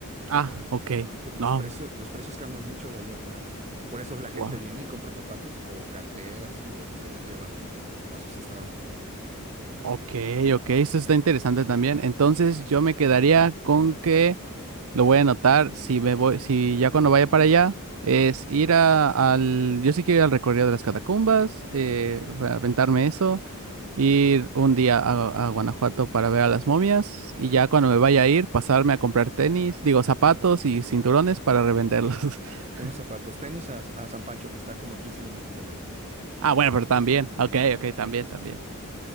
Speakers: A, on the right; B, on the right.
A: Ah, ok.
B: Entonces,
A: No.
B: los precios, los precios cambian mucho de allá para acá. Por eso la gente
A: Wow.
B: viene y compra zapatos o carteras, cintos y se los lleva a sus estados.
A: Ok, ok. Eso está interesante también. Entonces yo me quedaría con que lo voy a anotar. Si me voy, si ya cuando vaya para allá, es ir a- al. Yo sí quiero ir al recorrido de las catacumbas, eh, a aventarme eso, ir un día a, a Guanajuato para ver a las momias. Y ya cuando me vaya a ir, pasarme a comprar tenis, digo zapatos y cinturones para revenderlos. <laughs>
B: Unos zapatos, tenis a, a San Pancho, que está como a 15 minutos de León.
A: Ah, bueno, pero también. Ok, ok, también, también.